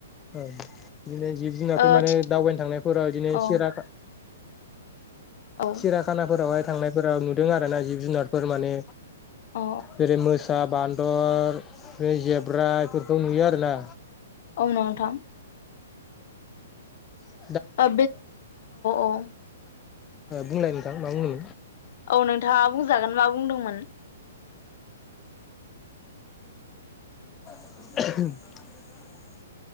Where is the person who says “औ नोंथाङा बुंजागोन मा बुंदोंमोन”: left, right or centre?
Left